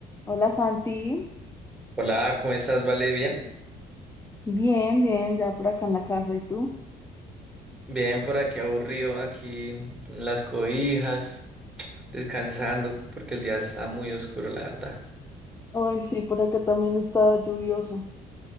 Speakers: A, on the left; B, in the centre.
A: Hola Santi,
B: Hola, ¿cómo estás? ¿Vale? ¿Bien?
A: bien, bien, ya por acá en la casa, ¿y tú?
B: Bien, por aquí aburrido, aquí en las cobijas, descansando, porque el día está muy oscuro, la verdad.
A: Ay, sí, por acá también está lluvioso.